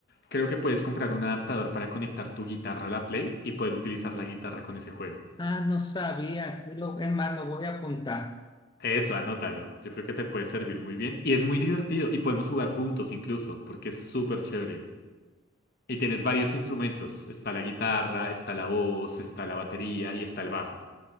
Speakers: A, on the left; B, on the left.
A: creo que puedes comprar un adaptador para conectar tu guitarra a la Play y poder utilizar la guitarra con ese juego.
B: Ah, no sabía. Yo- Es más, lo voy a apuntar.
A: Eso, anótalo, yo creo que te puede servir muy bien y es muy divertido y podemos jugar juntos incluso, porque es súper chévere. Y tienes varios instrumentos. Está la guitarra, está la voz, está la batería y está el bajo.